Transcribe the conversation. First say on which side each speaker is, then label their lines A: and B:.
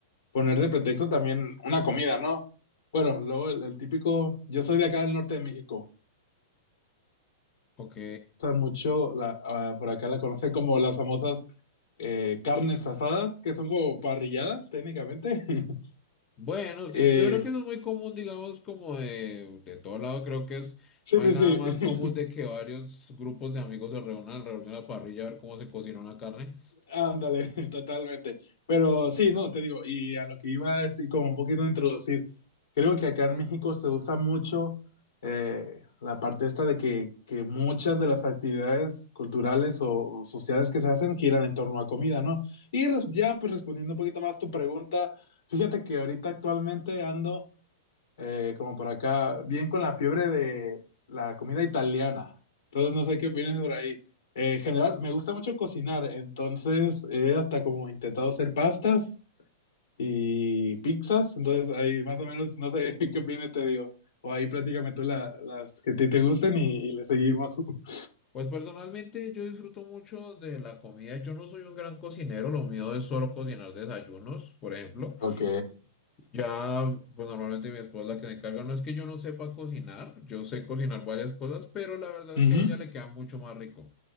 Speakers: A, on the left; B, on the left.
A: poner de pretexto también una comida, ¿no? Bueno, luego el, el típico, yo soy de acá del norte de México,
B: Ok.
A: usan mucho, la, ah, por acá la conocen como las famosas eh, carnes asadas, que son como parrilladas técnicamente. <laughs>
B: Bueno, sí,
A: Eh,
B: yo creo que eso es muy común, digamos, como de, de todo lado, creo que es,
A: sí,
B: no hay nada
A: sí,
B: más común
A: sí.
B: de
A: <laughs>
B: que varios grupos de amigos se reúnan alrededor de una parrilla a ver cómo se cocina una carne.
A: Ándale, <laughs> totalmente. Pero sí, no, te digo, y a lo que iba es decir, como un poquito introducir, creo que acá en México se usa mucho eh, la parte esta de que, que muchas de las actividades culturales o sociales que se hacen giran en torno a comida, ¿no? Y res- ya, pues respondiendo un poquito más tu pregunta, fíjate que ahorita actualmente ando eh, como por acá, bien con la fiebre de la comida italiana. Entonces no sé qué opinas por ahí. Eh, en general, me gusta mucho cocinar, entonces he hasta como intentado hacer pastas y pizzas, entonces ahí más o menos, no sé <laughs> qué opinas, te digo. O ahí platícame tú la- las que a ti te gusten y, y le seguimos. <laughs>
B: Pues personalmente yo disfruto mucho de la comida. Yo no soy un gran cocinero, lo mío es solo cocinar desayunos, por ejemplo.
A: Ok.
B: Ya, pues normalmente mi esposa es la que se encarga. No es que yo no sepa cocinar, yo sé cocinar varias cosas, pero la verdad es
A: Ujú.
B: que a ella le queda mucho más rico.